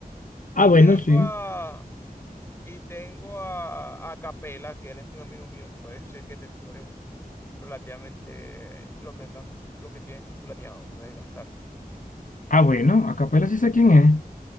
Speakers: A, on the left; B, on the left.
A: Y
B: Ah, bueno,
A: tengo
B: sí.
A: a, y tengo a, a Capela, que él es muy amigo mío, puede ser que te cobre un- relativamente lo que andan, lo que tienes tú planeado, puedes gastar.
B: Ah, bueno, a capela sí sé quién es.